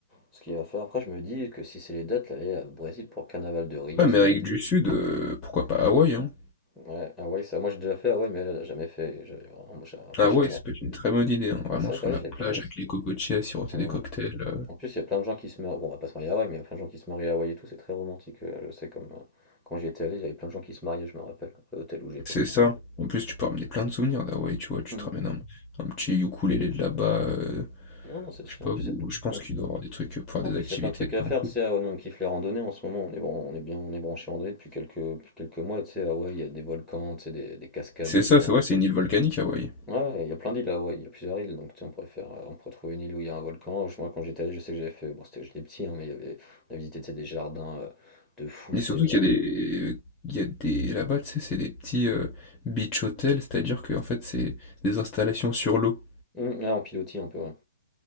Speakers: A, in the centre; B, on the left.
A: ce qu'il y a à faire. Après, je me dis que si c'est les dates, là, aller à Brésil pour le carnaval de Rio,
B: Ouais, Amérique
A: ça peut être...
B: du Sud, euh, pourquoi pas Hawaï, hein?
A: Ouais, Hawaï, ça, moi j'ai déjà fait Hawaï, mais elle, elle a jamais fait. J'avais vraiment- j'ai- Après,
B: Hawaï,
A: j'étais...
B: ça peut être une très bonne idée, hein, Vraiment
A: Ah, c'est
B: sur
A: vrai
B: la
A: que j'y
B: plage
A: avais pas pensé.
B: avec les cocotiers à siroter
A: Mmh.
B: des cocktails. euh,
A: En plus, il y a plein de gens qui se marient... Bon, on va pas se marier à Hawaï, mais il y a plein de gens qui se marient à Hawaï et tout, c'est très romantique, euh, je sais, comme... euh, Quand j'y étais allé, il y avait plein de gens qui se mariaient, je me rappelle, à l'hôtel où j'étais.
B: C'est ça. En plus, tu peux ramener plein de souvenirs d'Hawaï, tu vois. Tu
A: <laughs>
B: te ramènes un, un petit ukulélé de là-bas, euh,
A: Ouais, non, c'est sûr.
B: Je sais pas
A: En plus,
B: où,
A: il y a,
B: je pense
A: y
B: qu'il
A: a-
B: doit y avoir des trucs pour faire
A: en
B: des
A: plus,
B: activités
A: y a plein de trucs
B: tu sais,
A: à faire.
B: en couple.
A: Tu sais, ah ouais, nous, on kiffe les randonnées en ce moment. On est, bon, on est bien, on est branché randonnée depuis quelques, depuis quelques mois. Tu sais, ah ouais, il y a des volcans, tu sais, des, des cascades,
B: C'est
A: et
B: ça,
A: plein.
B: c'est vrai, c'est une île volcanique, Hawaï.
A: Ouais, il y a plein d'îles là, ouais. Il y a plusieurs îles. Donc, tu sais, on pourrait faire, euh, on pourrait trouver une île où il y a un volcan. Je- Moi, quand j'étais allé, je sais que j'avais fait, bon, c'était, j'étais petit, hein, mais il y avait, on a visité, tu sais, des jardins euh, de fou,
B: Mais
A: tu
B: surtout
A: sais, genre.
B: qu'il y a des. Il y a des. Là-bas, tu sais, c'est des petits euh, beach hotels, c'est-à-dire que en fait, c'est des installations sur l'eau.
A: Hum, ouais, en pilotis un peu, ouais.